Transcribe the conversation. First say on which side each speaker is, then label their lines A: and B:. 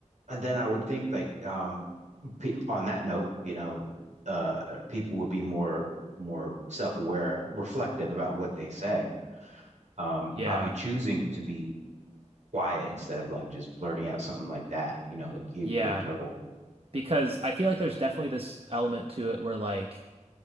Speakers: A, on the right (about 70°); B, on the right (about 50°).
A: And then I would think like um pe on that note, you know, uh people would be more more self-aware, reflective about what they say. Um
B: Yeah.
A: probably choosing to be quiet instead of like just blurting out something like that, you know, like you
B: Yeah,
A: you look terrible.
B: because I feel like there's definitely this element to it where like